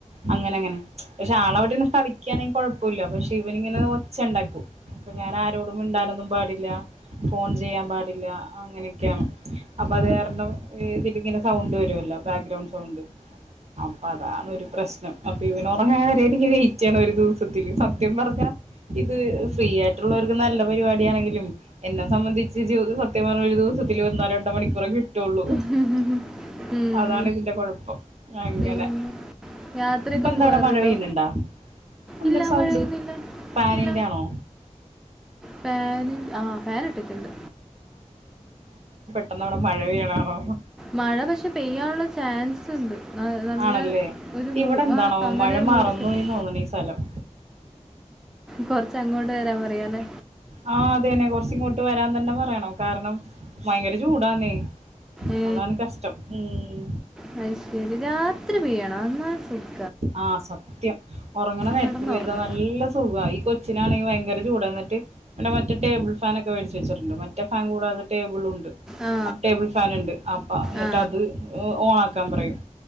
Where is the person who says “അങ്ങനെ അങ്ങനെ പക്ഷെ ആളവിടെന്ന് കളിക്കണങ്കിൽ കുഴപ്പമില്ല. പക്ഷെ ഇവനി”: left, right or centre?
Right